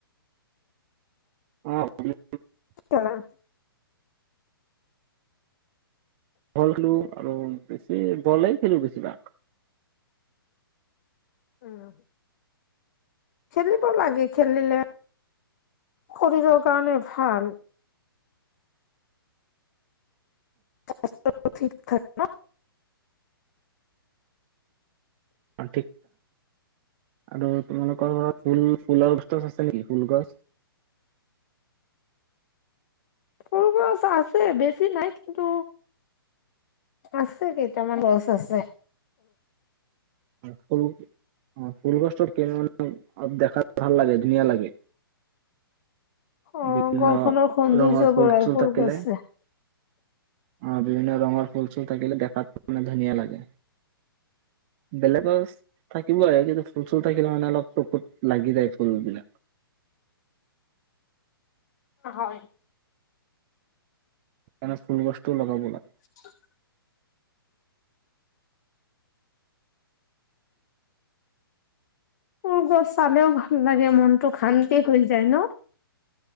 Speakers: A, on the right; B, on the left.
A: অ খেলো
B: <inaudible>
A: বল খেলোঁ আৰু বেছি বলেই খেলোঁ বেছিভাগ
B: উম খেলিব লাগে খেলিলে শৰীৰৰ কাৰণে ভাল স্বাস্থ্যটো ঠিক থাকে ন
A: <unintelligible> আৰু তোমালোকৰ ঘৰত ফুল ফুলৰ গছ চছ আছে নেকি ফুল গছ
B: ফুল গছ আছে বেছি নাই কিন্তু আছে কেইটামান গছ আছে
A: ফুল অ ফুল গছ ত মানে দেখাত ভাল লাগে ধুনীয়া লাগে
B: অ
A: বিভিন্ন
B: ঘৰখনৰ সৌন্দৰ্য
A: ৰঙৰ ফুল
B: বঢ়াই
A: চুল
B: সৰু
A: থাকিলে
B: গছে
A: অ বিভিন্ন ৰঙৰ ফুল চুল থাকিলে দেখাত মানে ধুনীয়া লাগে বেলেগ গছ থাকিব লাগে কিন্তু ফুল চুল থাকিলে মানে অলপ চকুত লাগি যায় ফুল বিলাক
B: হয়
A: সেইকাৰণে ফুল গছটো লগাব লাগে
B: <unintelligible> ফুল গছ চালেও ভাল লাগে মন টো শান্তি হৈ যায় ন